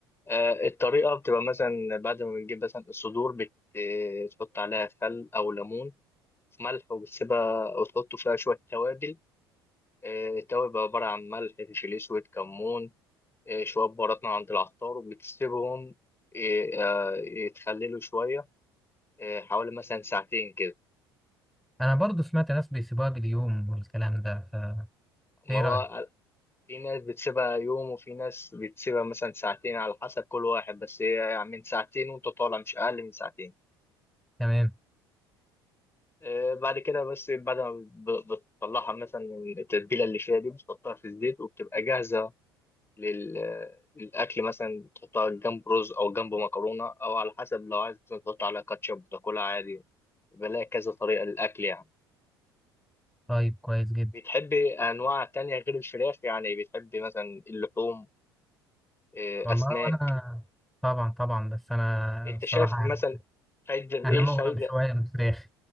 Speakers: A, on the left; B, in the centre.
A: آه، الطريقة بتبقى مثلا بعد ما بنجيب مثلا الصدور بت- آه، تحط عليها خل أو ليمون في ملح وبتسيبها وتحط فيها شوية توابل آه، توابل عبارة عن ملح فلفل أسود كمون آه، شوية بهارات من عند العطار وبتسيبهم آه، آه، يتخللوا شوية آه، حوالي مثلا ساعتين كده
B: أنا برضو سمعت ناس بيسيبوها باليوم والكلام ده فا
A: ما
B: إيه
A: هو
B: رأيك؟
A: في ناس بتسيبها يوم وفي ناس بتسيبها مثلا ساعتين على حسب كل واحد بس هي يعني من ساعتين وانت طالع مش أقل من ساعتين
B: تمام
A: آه، بعد كده بس بعد ما ب- بتطلعها مثلا من التتبيلة اللي فيها دي بتحطها في الزيت وبتبقى جاهزة لل... للأكل مثلا تحطها جنب رز أو جنب مكرونة أو على حسب لو عايز مثلا تحط على كاتشب وتاكلها عادي بلاقي كذا طريقة للأكل يعني
B: طيب كويس جدا
A: بتحبي أنواع تانية غير الفراخ يعني بتحبي مثلا اللحوم إيه،
B: والله
A: أسماك
B: وأنا طبعا طبعا بس أنا
A: أنت
B: الصراحة
A: شايف مثلا
B: يعني
A: فايدة إيه
B: أنا
A: الفايدة
B: مغرم شوية بالفراخ